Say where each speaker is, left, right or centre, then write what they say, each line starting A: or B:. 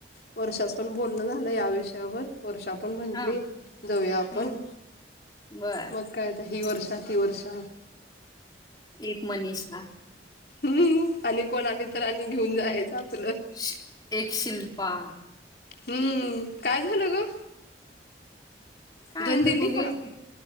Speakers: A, on the left; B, on the left.
A: वर्षाच पण बोल बोलन झालं या विषयावर. वर्षा पण म्हणली
B: हां.
A: जाऊया आपण.
B: हं. बरं.
A: मग काय ही वर्ष ती वर्ष.
B: एक मनीषा.
A: हम्म आणि कोण आले तरी आणि घेऊन जायचं आपलं.
B: श एक शिल्पा,
A: हम्म काय झालं ग?
B: काय
A: धन
B: आता
A: दिली
B: बघूया
A: का?
B: कि